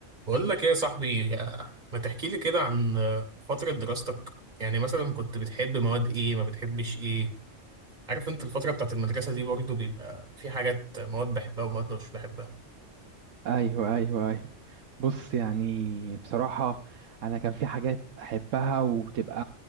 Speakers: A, on the right (about 35°); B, on the right (about 70°).
A: بقول لك ايه يا صاحبي يا- ما تحكي لي كده عن فترة دراستك يعني مثلا كنت بتحب مواد ايه ما بتحبش ايه عارف انت الفترة بتاعت المدرسة دي برضو بيبقى في حاجات مواد بحبها ومواد مش بحبها
B: ايوه ايوه ايوه بص يعني بصراحة انا كان في حاجات احبها وتبقى